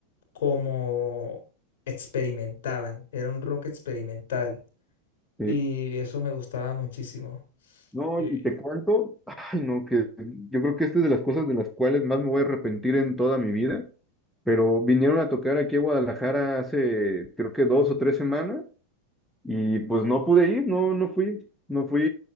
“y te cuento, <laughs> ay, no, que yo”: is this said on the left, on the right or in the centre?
Centre